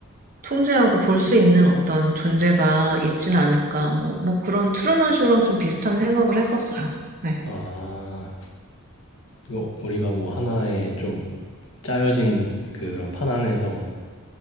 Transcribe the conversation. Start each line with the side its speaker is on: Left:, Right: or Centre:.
Right: 통제하고 볼 수 있는 어떤 존재가 있지는 않을까? 뭐, 뭐 그런 트루먼 쇼랑 좀 비슷한 생각을 했었어요. 네.
Left: 아, 이거 우리가 뭐 하나의 좀 짜여진 그런 판 안에서